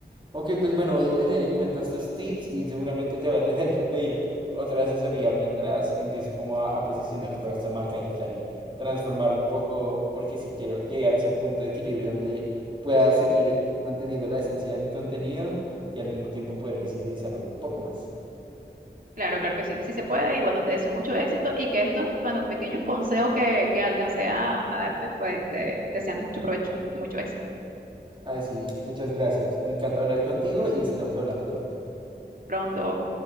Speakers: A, on the right (about 25°); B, on the right (about 50°).
A: ok, pues bueno, voy a tener en cuenta estos tips y seguramente te voy a tener que pedir otra asesoría mientras empiezo como a, a posicionar toda esta marca digital y transformar un poco, porque si quiero llegar a ese punto de equilibrio donde pueda seguir manteniendo la esencia de mi contenido y al mismo tiempo poder visibilizarlo un poco más.
B: Claro, claro que sí, sí se puede y bueno, te deseo mucho éxito y que estos, bueno, pequeños consejos que, que alcancé a, a darte, pues te, te sean de mucho provecho y mucho éxito.
A: Ay, sí, muchas gracias. Me encanta hablar contigo y estaremos hablando pronto.
B: Pronto.